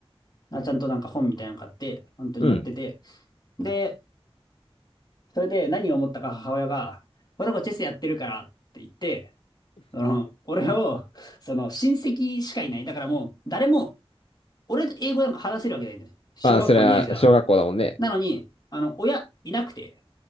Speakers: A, on the left (about 40°); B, on the left (about 70°).
A: あちゃんとなんか本みたいなの買って、本当にやってて。
B: うん。
A: で、それで何を思ったか母親が、この子チェスやってるからって言って、その、俺を、その、親戚しかいない。だからもう、誰も、俺と英語なんか話せるわけないんだよ。小学校2年生だから。
B: まあ、それは小学校だもんね。
A: なのに、あの、親いなくて、